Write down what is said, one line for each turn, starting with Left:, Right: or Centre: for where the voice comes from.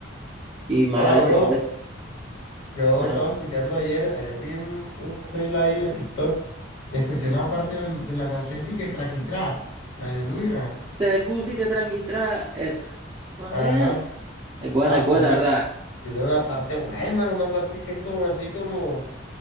Right: y mala
Left: Ah,
Right: de Silvestre.
Left: bro, yo
Right: ah,
Left: estaba escuchando ayer, ayer vi un, un reel ahí de TikTok escuché
Right: ujú.
Left: una parte don- de, la canción esta y que Traquitrá, la de Luira.
Right: Te pusiste traqui tra, eso. A
Left: Ajá.
Right: ver. Es buena,
Left: Ah,
Right: es buena,
Left: tiene una,
Right: ¿verdad?
Left: tiene una parte buena, una parte que es como así como,